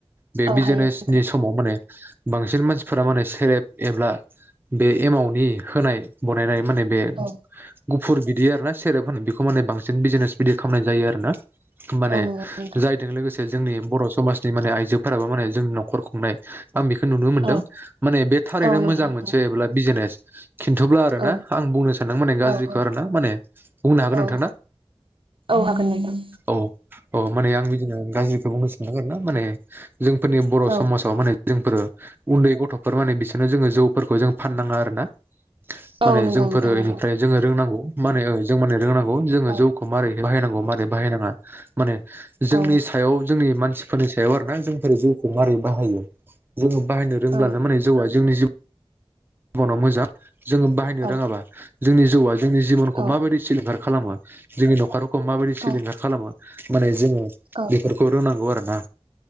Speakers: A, on the right; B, on the right.
A: बे
B: औ
A: बिजेनेसनि
B: हायो नोंथां
A: समाव माने बांसिन मान। फोरा माने सेरेब एब्ला बे एमाउनि होनाय बनायनाय। माने बे
B: औ
A: गु। फुर बिदि आरो ना सेरेब होनो बेखौ माने बांसिन बिजिनेस बिदि खालामनाय जायो आरो ना। माने
B: औ नंगौ नोंथां
A: जायदों लोगोसे-' जोंनि बर' समाजनि माने आइजोफोराबो माने जोंनि न'खर खुंनाय। आं बेखौ नुनो मोन्दों
B: औ
A: माने बे थारैनो
B: औ नंगौ
A: मोजां
B: नोंथां
A: मोनसे एब्ला बिजिनेस। खिन्थोब्ला आरो ना
B: औ
A: आं बुंनो सानदों माने गाज्रिखौ
B: औ औ
A: आरो ना माने बुंनो हागोन
B: औ
A: नोंथां ना
B: औ हागोन नोंथां
A: औ। अ माने आं बिदिनो। गाज्रिखौ बुंनो सानदों आरो ना माने। जोंफोरनि बर'
B: औ
A: समाजाव माने जोंफोरो। उन्दै गथ'फोर माने बिसोरनो जोङो जौफोरखौ जों फान नाङा आरो ना। माने
B: औ नंगौ
A: जोंफोरो
B: नोंथां नंगौ
A: बेनिफ्राय जोङो रोंनांगौ। मानेओ जों माने रोंनांगौ। जोङो
B: औ
A: जौखौ मारै बाहायनांगौ मारै बाहायनाङा माने जोंनि
B: औ।
A: सायाव जोंनि मानसिफोरनि सायाव आरोना जोंफोर जौखौ मारै बाहायो जोङो बाहायनो रोंब्ला
B: औ
A: माने जौआ जोंनि जिउ। बनाव मोजां जोङो बाहायनो
B: औ
A: रोङाबा जोंनि जौआ जोंनि जिबनखौ
B: औ
A: माबायदि सिलिंखार खालामो। जोंनि नखार खौ माबायदि सिलिंखार
B: औ
A: खालामो? माने जोङो
B: औ
A: बेफोरखौ रोंनांगौ आरो। ना